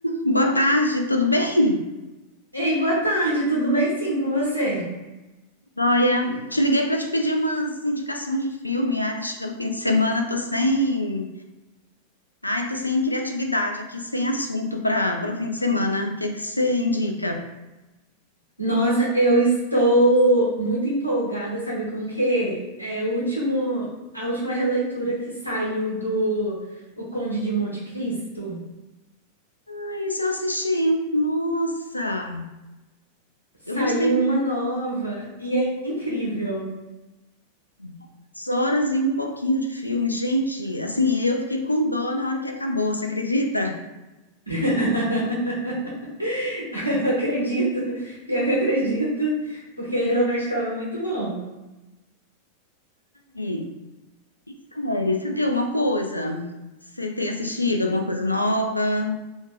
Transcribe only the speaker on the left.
Boa tarde, tudo bem?
Olha, te liguei para te pedir umas indicações de filme. Ai, tá chegando o fim de semana, tô sem, ai, tô sem criatividade aqui, sem assunto para o fim de semana. O que é que você indica?
Ah, Isso eu assisti. Nossa,
eu gostei
muitas horas e um pouquinho de filme. Gente, assim, eu fiquei com dó na hora que acabou, você acredita?
E, e série, você tem alguma coisa? Você tem assistido alguma coisa nova?